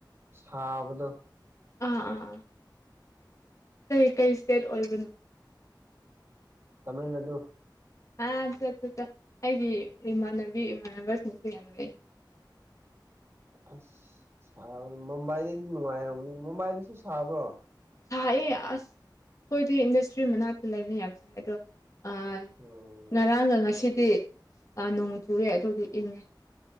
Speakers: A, on the right (about 30°); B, on the left (about 45°).
A: ꯁꯥꯕꯗꯣ
B: ꯑꯥ ꯑꯥ ꯑꯥ ꯀꯩ ꯀꯩ ꯁ꯭ꯇꯦꯠ ꯑꯣꯏꯕꯅꯣ
A: ꯇꯥꯃꯤꯜꯅꯥꯗꯨ
B: ꯑꯥ ꯆꯠ ꯆꯠ ꯆꯥ ꯑꯩꯒꯤ ꯏꯃꯥꯟꯅꯕꯤ ꯏꯃꯥꯟꯅꯕꯁꯤꯡꯁꯨ ꯌꯥꯝ ꯂꯩ <inaudible>
A: ꯑꯁ ꯁꯥꯕ ꯃꯨꯝꯕꯥꯏꯗꯗꯤ ꯅꯨꯡꯉꯥꯏꯔꯝ ꯃꯨꯝꯕꯥꯏꯗꯁꯨ ꯁꯥꯕ꯭ꯔꯣ
B: ꯁꯥꯏꯑꯦ ꯑꯁ ꯑꯈꯣꯏꯗꯤ ꯏꯟꯗꯁꯇ꯭ꯔꯤ ꯃꯅꯥꯛꯇ ꯂꯩꯕꯅꯦ ꯌꯥꯝꯕ ꯁꯥꯏ ꯑꯗꯣ ꯑꯥ
A: ꯎꯝ
B: ꯉꯔꯥꯡꯒ ꯉꯁꯤꯗꯤ ꯅꯣꯡ ꯆꯨꯔꯦ ꯑꯗꯨꯒꯤ ꯏꯪꯉꯦ